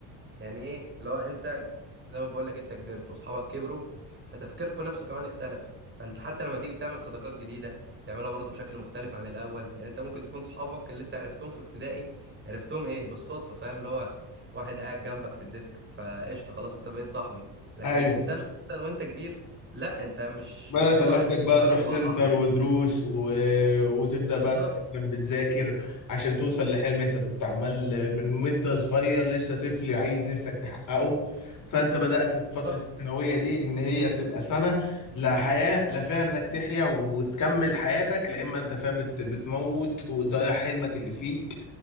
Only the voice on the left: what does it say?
أيوه
بدأت
علاقتك
بقى
تروح
سنتر
ودروس و... وتبدأ
بقى أنت مثلا بتذاكر عشان توصل لحلم انت كنت عمال من وانت صغير لسه طفل عايز نفسك تحققه فانت بدأت في فترة
الثانوية دي ان هي بتبقى سنة لا حياة لا فيها انك تحيا وتكمل حياتك لا اما انت فيها بت... بتموت وتضيع حلمك اللي فيك